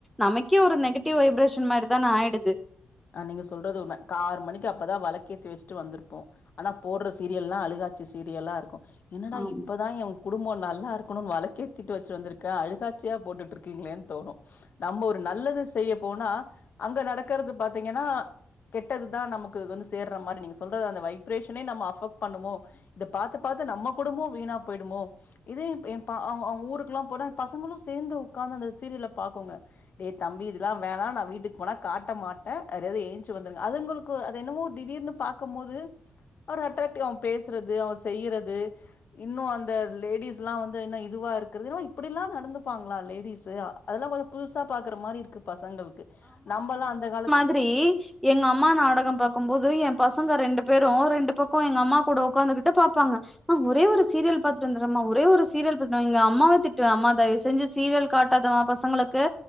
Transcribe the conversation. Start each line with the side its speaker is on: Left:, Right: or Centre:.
Centre: நமக்கே ஒரு நெகட்டிவ் வைப்ரேஷன் மாரிதான ஆயிடுது
Left: அ நீ சொல்றது உண்ம ஆறு மணக்கு அப்பதா வளக்கேத்தி வச்சிட்டு வந்திருப்போம் ஆனா போடுற சீரியல்லா அழுகாட்சி சீரியல்லா இருக்கும் என்னடா
Centre: ஆமா
Left: இப்பதான் எய குடும்பம் நல்லா இருக்கணும்னு வளக்கேத்திட்டு வச்சு வந்திருக்க அழுகாச்சியா போட்டுட்டு இருக்கீங்களேன்னு தோணு நம்ம ஒரு நல்லது செய்ய போனா அங்க நடக்கறது பாத்தீங்கன்னா கெட்டதுதா நமக்கு வந்து சேர்ற மாதிரி நீ சொல்றது அந்த வைப்ரேஷனே நம்ம அஃபெக்ட் பண்ணுமோ இத பாத்து பாத்து நம்ம குடும்பம் வீணா போயிடுமோ இதே எய எப்ப அவங்க ஊருக்குெல்லா போனா பசங்களு சேர்ந்து உட்கார்ந்து அந்த சீரியல பாக்குங்க டேய் தம்பி இதெல்லா வேணா நான் வீட்டுக்கு போனா காட்ட மாட்ட ஹ் அதாவது ஏழுஞிச்சு வந்துருங்க அதுங்களுக்கு ஒரு அது என்னமோ திடீர்னு பாக்கும் போது ஒரு அட்ராக்டிவ் அவ பேசுறது அவ செய்யறது இன்னு அந்த லேடிஸ் எல்லா வந்து இன்னும் இதுவா இருக்கிறது ஏன்னா இப்டிலா நடந்துப்பாங்களா லேடிஸ் அதெல்லா கொஞ்ச புதுசா பாக்குற மாதிரி இருக்கு பசங்களுக்கு நம்மல்லா அந்த காலத்து
Centre: இத்ரி எங்க அம்மா நாடகம் பாக்கும்போது எய பசங்க ரெண்டு பேரு ரெண்டு பக்கம் எங்க அம்மா கூட உட்காந்துகிட்டு பாப்பாங்க மா ஒரே ஒரு சீரியல் பாத்துட்டு வந்துரன்மா ஒரே ஒரு சீரியல் பாத்து எங்க அம்மாவ தட்டு அம்மா தயவு செஞ்சு சீரியல் காட்டாத மா பசங்களுக்கு